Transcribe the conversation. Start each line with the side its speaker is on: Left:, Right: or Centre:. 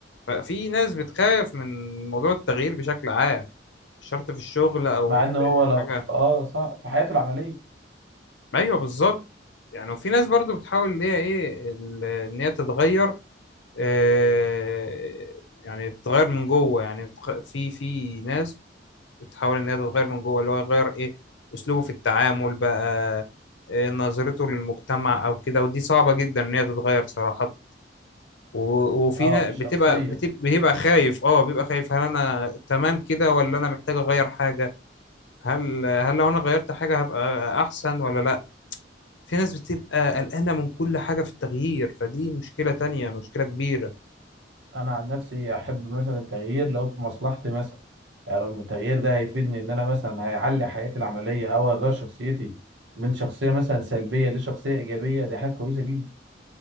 Left: ففي ناس بتخاف من موضوع التغيير بشكل عام مش شرط في الشغل او
Right: مع ان هو
Left: في
Right: لو
Left: حاجه
Right: اه صح في حياته العملية
Left: ايوه بالظبط يعني وفي ناس برضو بتحاول ان هي ايه ال- ان هي تتغير آه، يعني بتتغير من جوه يعني بتخ- في في ناس بتحاول ان هي تتغير من جوه اللي هو يغير ايه اسلوبه في التعامل بقى إيه نظرته للمجتمع او كده ودي صعبة جدا ان هي تتغير صراحة و- وفي
Right: اه
Left: ناس
Right: الشخصية
Left: بتبقى بتبقى بيبقى خايف اه بيبقى خايف هل انا تمام كده ولا انا محتاج اغير حاجة هل هل لو انا غيرت حاجة هبقى احسن ولا لا في ناس بتبقى قلقانة من كل حاجة في التغيير فدي مشكلة تانية مشكلة كبيرة
Right: انا عن نفسي احب مثلا التغيير لو في مصلحتي مثلا يعني لو التغيير ده هيفيدني ان انا مثلا هيعلي حياتي العملية او اغير شخصيتي من شخصية مثلا سلبية لشخصية ايجابية دي حاجة كويسة جدا